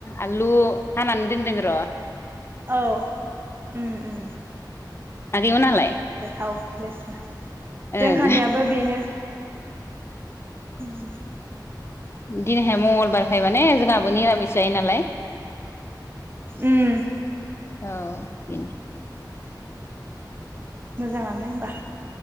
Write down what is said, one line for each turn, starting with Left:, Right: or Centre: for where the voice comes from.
Left: आलु। हानानै दोनदों र'।
Right: औ उम उम।
Left: आगैमोनालाय
Right: गोथाव लेस्रा जोंहानियाबो
Left: ओं
Right: बेनो। उम।
Left: दिनैहाय मंगलबार खाय माने जोंहाबो निरामिस जायो नालाय।
Right: उम।
Left: औ बेनो।
Right: मोजाङानो होमबा।